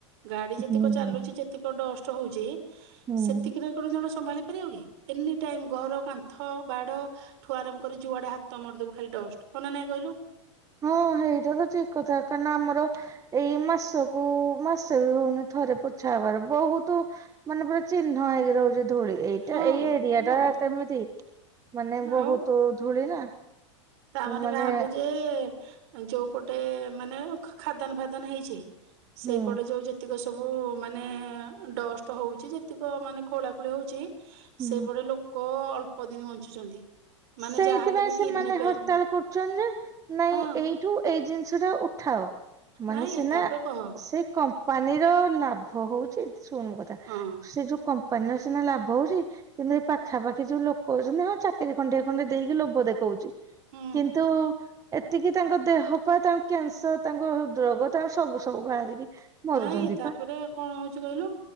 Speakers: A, on the right; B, on the right.
A: ଗାଡି ଯେତିକ
B: ହୁଁ
A: ଚାଲୁଛି
B: ହୁଁ
A: ଯେତିକ ଡଷ୍ଟ ହଉଛି
B: ହୁଁ।
A: ସେତିକିରେ ଘର ଜଣେ ସମ୍ଭାଳି ପାରିବ କି ଏନି ଟାଇମ୍ ଘର କାନ୍ଥ ବାଡ଼ ଠୁ ଆରମ୍ କରି ଯୁଆଡେ ହାତ ମାରଦବୁ ଖାଲି ଡଷ୍ଟ୍ ହଁ ନା ନାଇଁ କହିଲୁ?
B: ହଁ ହେଇଟା ତ ଠିକ୍ କଥା କାଇଁ ନା ଆମର ଏଇ ମାସକୁ ମାସେ ବି ହଉନି ଥରେ ପୋଛା ହବାର ବହୁତୁ ମାନେ ପୁରା ଚିହ୍ନ ହେଇକି ରହୁଛି ଧୂଳି ଏଇଟା
A: ହଁ
B: ଏଇ ଏରିଆ
A: ବହୁତ
B: ଟା କେମିତି ମାନେ ବହୁତ
A: ଆଉ
B: ଧୂଳି ନା।
A: ତାମାନେ
B: ମାନେ
A: ଭାବେ ଯେ ଯୋଉ ପଟେ ମାନେ ଖାଦାନ ଫାଦନ ହେଇଛି। ସେଇପଟେ
B: ହୁଁ
A: ଯୋଉ ଯେତିକ ସବୁ ମାନେ ଡଷ୍ଟ ହଉଛି ଯେତିକ ମାନେ ଖୋଳାଖୋଳି ହଉଛି
B: ହୁଁ।
A: ସେଇପଟେ ଲୋକ ଅଳ୍ପ ଦିନ ବଞ୍ଚୁଛନ୍ତି।
B: ସେଇଥିପାଇଁ
A: ମାନେ ଯାହାହେଲେ ବି
B: ସେମାନେ
A: କିଡନୀ ପେନ୍
B: ହରତାଳ କରୁଛନ୍ତି ଯେ ନାଇଁ
A: ହଁ
B: ଏଇଠୁ ଏଇ ଜିନିଷଟା ଉଠାଅ। ମାନେ
A: ନାଇଁ
B: ସିନା
A: ତାପରେ କହ
B: ସେ କମ୍ ପାନିର ଲାଭ ହଉଛି ଏ ଶୁଣୁ ମୋ କଥା
A: ହଁ
B: ସେ ଯୋଉ କମ୍ ପାନୀର ସିନା ଲାଭ ହଉଛି କିନ୍ତୁ ଏ ପାଖାପାଖି ଯୋଉ ଲୋକ ଅଛନ୍ତି ହଁ ଚାକିରି ଖଣ୍ଡେ-ଖଣ୍ଡେ ଦେଇକି ଲୋଭ ଦେଖଉଛି
A: ହୁଁ
B: କିନ୍ତୁ ଏତିକି ତାଙ୍କ ଦେହପା ତାଙ୍କୁ କ୍ୟାନସର୍ ତାଙ୍କୁ ରୋଗ ତାଙ୍କୁ ସବୁ-ସବୁ ବାହାରିକି ମରୁଛନ୍ତି
A: ନାଇଁ ତାପରେ
B: ପା
A: କଣ ହଉଚି କହିଲୁ?